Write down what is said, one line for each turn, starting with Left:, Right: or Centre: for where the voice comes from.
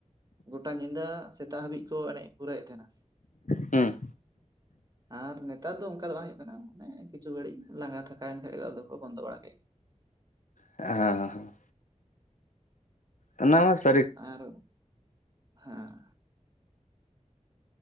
Right: ᱜᱚᱴᱟ ᱧᱤᱫᱟᱹ ᱥᱮᱛᱟᱜ ᱦᱟᱹᱵᱤᱡᱽ ᱠᱚ ᱮᱱᱮᱡ ᱯᱩᱨᱟᱹᱭᱮᱫ ᱛᱟᱦᱮᱱᱟ᱾
Left: ᱦᱩᱸ
Right: ᱟᱨ ᱱᱮᱛᱟᱨ ᱫᱚ ᱚᱱᱠᱟ ᱫᱚ ᱵᱟᱝ ᱦᱩᱭᱩᱜ ᱠᱟᱱᱟ ᱢᱟᱱᱮ ᱠᱤᱪᱷᱩ ᱜᱷᱟᱹᱲᱤᱡᱽ ᱞᱟᱸᱜᱟ ᱛᱷᱟᱠᱟᱣᱮᱱ ᱠᱷᱟᱱ ᱫᱚ ᱟᱫᱚ ᱠᱚ ᱵᱚᱱᱫᱚ ᱵᱟᱲᱟ ᱠᱮᱜ
Left: ᱦᱮᱸ ᱦᱚᱸᱦᱚ ᱚᱱᱟᱢᱟᱥ
Right: ᱟᱨ ᱦᱮᱸ